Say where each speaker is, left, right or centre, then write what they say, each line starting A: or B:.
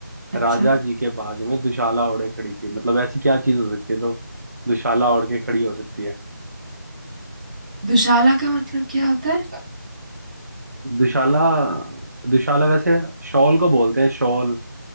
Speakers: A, on the right; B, on the right.
A: अच्छा
B: राजा जी के बाग में दुशाला ओढ़े खड़ी थी मतलब ऐसी क्या चीज हो सकती है तो दुशाला ओढ़ के खड़ी हो सकती है
A: दुशाला का मतलब क्या होता है
B: दुशाला दुशाला वैसे शॉल को बोलते हैं शॉल